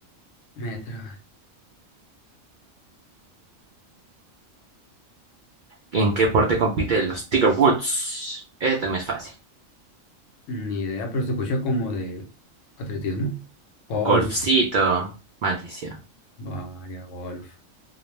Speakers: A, on the left; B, on the right.
A: metro.
B: ¿En qué deporte compiten los Tiger Woods? Ese también es fácil.
A: Ni idea, pero se escucha como de atletismo. Golf.
B: Golfcito, maldición.
A: Vaya, golf.